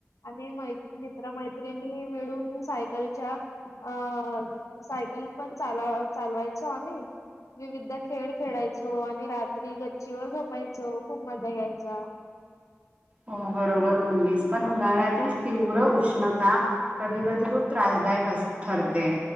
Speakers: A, on the left (about 80°); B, on the right (about 25°).
A: आणि मैत्री म्र मैत्रिणी मिळून सायकलच्या अ सायकल पण चाल चालवायचो आणि विविध खेळ खेळायचो आणि रात्री गच्चीवर झोपायचो खूप मजा यायच्या
B: हो बरोबर बोललीस पण उन्हाळ्यातील तीव्र उष्णता कधी कधी खूप त्रास ठरते